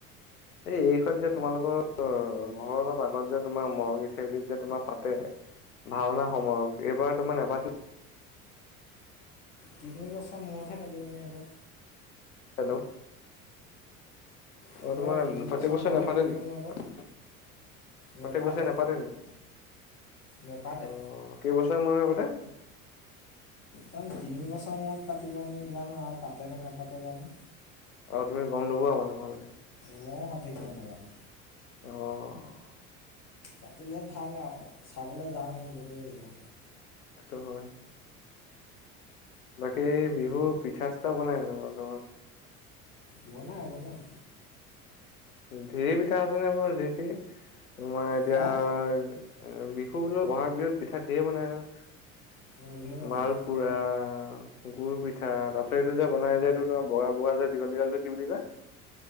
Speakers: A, on the left (about 75°); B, on the left (about 35°).
A: এই এইখন যে তোমালোকৰ ঘৰৰ অলপ আগত যে তোমাৰ মৰঙী চাৰিআলিত যে তোমাৰ পাতে ভাওনা সমাৰোহ, এইবাৰ তোমাৰ নাপাতি
B: তিনি বছৰ মূৰতহে পাতিব নি আকৌ।
A: হেল্ল'?
B: হ'লেও
A: অ' তোমাৰ
B: তিনি
A: প্ৰত্যেক
B: বছৰ
A: বছৰে
B: মূৰতহে
A: নাপাতে
B: পাতিব
A: নেকি?
B: নি আকৌ
A: প্ৰত্যেক
B: নেপাতে
A: বছৰে নাপাতে নেকি?
B: নেপাতে
A: অ' কেইবছৰ মূৰে মুৰে পাতে?
B: ৰন তিনি বছৰ মূৰত পাতিব নি জানো আৰু পাতে নে নাপাতে জানো?
A: আৰু তুমি গ'ম নোপোৱা মানে ভালকে?
B: মও সঠিক কৈ নাজানো।
A: অ'।
B: পাতিলে ভাল আৰু, চাবলৈ যাম কিন্তু যাওঁ দেই।
A: সেইটো হয়। বাকী বিহুৰ পিঠা চিঠা বনালে নে নাই আকৌ?
B: বনাই, বনাই।
A: ঢেৰি পিঠা আছে নহয় এইবোৰ যি টি, তোমাৰ এতিয়া
B: হা
A: বিহু বোলো বহাগ বিহুত পিঠা ঢেৰ বনাই নহয়,
B: বন্ধুহে বনাই
A: মাল পোৰা গুুৰ পিঠা তাৰ পাছত এইটো যে বনাই যে এইটো তোমাৰ বগা বগা যে দীঘল দীঘলটো কি বুলি কয়?